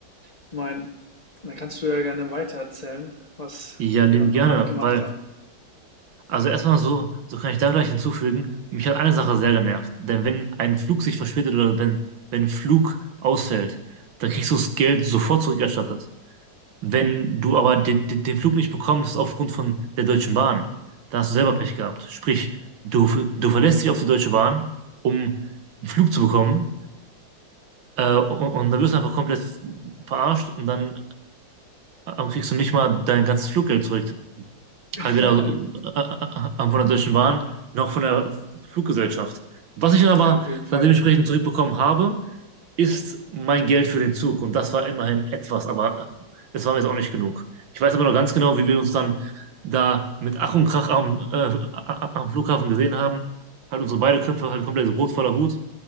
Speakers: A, on the left; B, on the right.
A: Ich meine, da kannst du ja gerne weitererzählen, was
B: Ja,
A: wir
B: lieben
A: dann
B: gerne,
A: danach gemacht
B: weil,
A: haben.
B: also erstmal so, so kann ich da gleich hinzufügen, mich hat eine Sache sehr genervt. Denn wenn ein Flug sich verspätet oder wenn, wenn ein Flug ausfällt, dann kriegst du das Geld sofort zurückerstattet. Wenn du aber den, den, den Flug nicht bekommst aufgrund von der Deutschen Bahn, dann hast du selber Pech gehabt. Sprich, du, du verlässt dich auf die Deutsche Bahn, um einen Flug zu bekommen, äh, und, und dann wirst du einfach komplett verarscht und dann äh, kriegst du nicht mal dein ganzes Fluggeld zurück.
A: <laughs>
B: halt weder äh, äh, äh, von der Deutschen Bahn noch von der Fluggesellschaft. Was ich dann aber
A: Ja, auf jeden Fall.
B: dann dementsprechend zurückbekommen habe, ist mein Geld für den Zug. Und das war immerhin etwas, aber äh, es war mir jetzt auch nicht genug. Ich weiß aber noch ganz genau, wie wir uns dann da mit Ach und Krach am, äh, am Flughafen gesehen haben. Halt unsere beide Köpfe halt komplett so rot voller Wut